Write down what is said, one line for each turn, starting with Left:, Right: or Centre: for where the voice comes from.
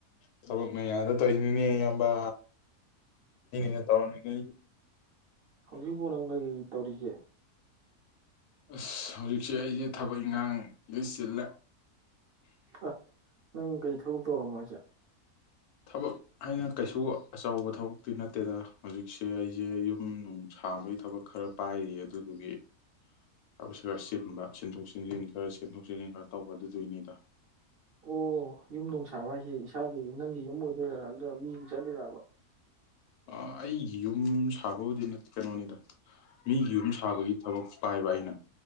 Left: ꯊꯕꯛꯅ ꯌꯥꯗ ꯇ ꯏꯅꯤ ꯝꯕ ꯅ ꯇꯅꯤ ꯀ
Right: ꯍꯧꯖꯤꯛꯐꯥꯎ ꯅꯪ ꯀꯔꯤ ꯇꯧꯔꯤꯒꯦ
Left: ꯑꯁ ꯍꯧꯖꯤꯛꯁꯦ ꯑꯩꯁꯦ ꯊꯕꯛ ꯏꯪꯈꯥꯡ ꯂꯤꯁ ꯆꯤꯜꯂꯦ
Right: ꯑ ꯅꯪ ꯀꯩ ꯊꯕꯛ ꯇꯧꯔꯝꯃꯣꯏꯁꯦ ꯆ
Left: ꯊꯕꯛ ꯍꯥꯏꯅ ꯀꯩꯁꯨ ꯑꯆꯧꯕ ꯊꯕꯛꯇꯤ ꯅꯠꯇꯦ ꯗꯦꯗ ꯍꯧꯖꯤꯛꯁꯦ ꯑꯩꯁꯦ ꯌꯨꯝ ꯅꯨꯡ ꯁꯥꯕꯒꯤ ꯊꯕꯛ ꯈꯔ ꯄꯥꯏꯔꯤ ꯑꯗꯨꯗꯨꯒꯤ ꯍꯥꯏꯕ ꯈꯔ ꯆꯤꯟꯕ ꯁꯤꯟꯊꯣꯛ ꯆꯟꯁꯤꯟ ꯈꯔ ꯆꯦꯟꯊꯣꯛ ꯆꯦꯟꯁꯤꯟ ꯈꯔ ꯇꯧꯕ ꯑꯗꯨꯗꯣꯏꯅꯤꯗ
Right: ꯑꯣ ꯌꯨꯝ ꯅꯨꯡ ꯁꯥꯕ ꯍꯥꯏꯁꯦ ꯏꯁꯥꯒꯤ ꯅꯪꯒꯤ ꯌꯨꯝ ꯑꯣꯏꯗꯣꯏꯔꯥ ꯑꯗꯨ ꯃꯤ ꯆꯠꯂꯤꯔꯕ
Left: ꯑ ꯑꯩ ꯌꯨꯝ ꯑꯗꯨꯝ ꯁꯥꯕꯕꯨꯗ ꯅꯠꯇꯦ ꯀꯩꯅꯣꯅꯤꯗ ꯃꯤꯒꯤ ꯌꯨꯝ ꯁꯥꯕꯒꯤ ꯊꯕꯛ ꯄꯥꯏꯕ ꯑꯩꯅ